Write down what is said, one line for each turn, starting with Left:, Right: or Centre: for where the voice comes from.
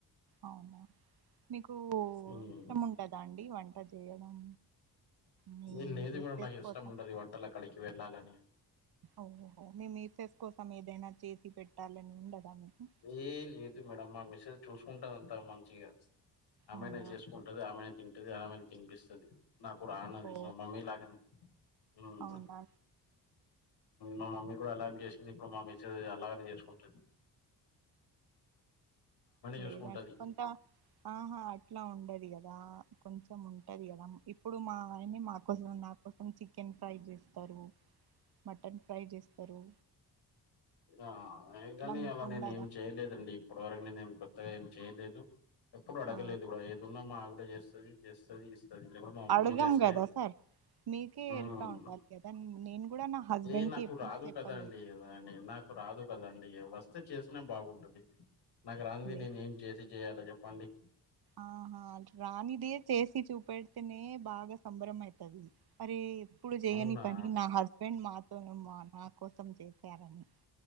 Right: అవునా మీకు
Left: ఉమ్
Right: ఇష్టం ఉంటుందా అండి వంట చేయడం మీ
Left: ఏం లేదు
Right: మిస్సెస్
Left: మేడం నాకు ఇష్టం
Right: కోసం
Left: ఉండదు ఈ వంటలు అక్కడికి వెళ్ళాలని
Right: ఓహోహో మీ మిసెస్ కోసం ఏదైనా చేసి పెట్టాలని ఉండదా మీకు
Left: ఏ లేదు మేడమ్ మా మిసెస్ చూసుకుంటదంతా మంచిగా ఆమెనే
Right: అవునా
Left: చేసుకుంటది ఆమెనే తింటది ఆమెనే తినిపిస్తది నాకు రానది
Right: ఓ
Left: మా మమ్మీ లాగనే హ్మ్
Right: అవునా
Left: మా మమ్మీ కూడా అలాగనే చేసింది ఇప్పుడు మా మిసెస్ అలాగనే చేసుకుంటుంది చూసుకుంటది
Right: లేదంటే కొంత ఆహా అట్లా ఉండదు కదా దా కొంచెం ఉంటంది కదా ఇప్పుడు మా ఆయనే మా కోసం నా కోసం చికెన్ ఫ్రై చేస్తారు మటన్ ఫ్రై చేస్తారు
Left: ఆ
Right: ఇట్లా
Left: కాని
Right: మీకు
Left: అలా
Right: ఉండదా
Left: నేను ఏం చేయలేదండి ఇప్పటి వరకు నేను ఏం కొత్తగా ఏం చేయలేదు ఎప్పుడు అడగలేదు
Right: ఆ
Left: కూడా ఏదున్నా మా ఆవిడే చేస్తది ఇస్తది ఎప్పుడు మా మమ్మీ
Right: అడగం
Left: చేస్తది
Right: కదా సార్ మీకే
Left: హ్మ్
Right: ఎరుక ఉండాలి కదా నేను కూడా నా హస్బెండ్
Left: ఏ నాకు
Right: కి ఎప్పుడు
Left: రాదు
Right: చెప్పలే
Left: కదా అండి అ నాకు రాదు దు కదండి వస్తే చేసినా బాగుంటది నాకు రానిది
Right: లే
Left: నేను ఏం చేసి చేయాల చెప్పండి
Right: ఆహా రానిదే చేసి చూపెడితేనే బాగా సంబరం అయితుంది మరే ఎప్పుడు చేయని
Left: అవునా
Right: పని నా హస్బెండ్ మా ఓయమ్మా నా కోసం చేసారని